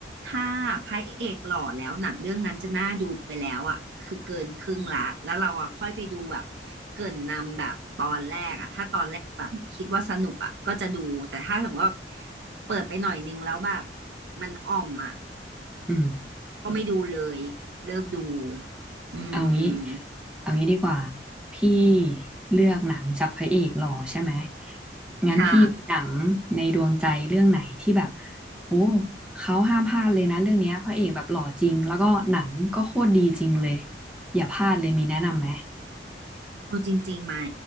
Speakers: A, on the right; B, in the centre.
A: ถ้าพระเอกหล่อแล้วหนังเรื่องนั้นจะน่าดูไปแล้วอ่ะคือเกินครึ่งละแล้วเราอ่ะค่อยไปดูแบบเกริ่นนำแบบตอนแรกอ่ะถ้าตอนแรกแบบคิดว่าสนุกอ่ะก็จะดูแต่ถ้าสมมติว่าเปิดไปหน่อยนึงแล้วแบบมันอ่อมอ่ะ
B: อืม
A: ก็ไม่ดูเลยเลิกดูอื
B: เอางี้
A: ม
B: เอางี้ดีกว่าพี่เลือกหนังจากพระเอกหล่อใช่ไหมงั้นพี่มีหนังในดวงใจเรื่องไหนที่แบบ
A: ใช่
B: โอ้เขาห้ามพลาดเลยนะเรื่องเนี้ยพระเอกแบบหล่อจริงแล้วก็หนังก็โคตรดีจริงเลยอย่าพลาดเลยมีแนะนำไหม
A: เอาจริงๆไหม